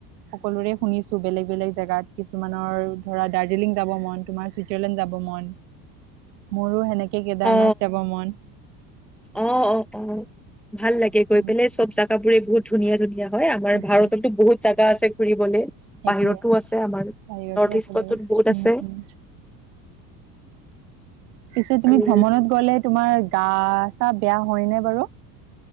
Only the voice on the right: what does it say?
সকলোৰে শুনিছো বেলেগ বেলেগ জোগাত কিছুমানৰ ধৰা দাৰ্জিলিং যাব মন তোমাৰ চুইজাৰলেণ্ড যাব মন মোৰো সেনেকে কে কেদাৰনাথ
যাব মন
উম,
সেইটোৱে
সেইটোৱে
বাহিৰতো আছে
বাৰু
উম
উম পিছে তুমি
ভ্ৰমণত গ'লে তোমাৰ গা চা বেয়া হয় ন বাৰু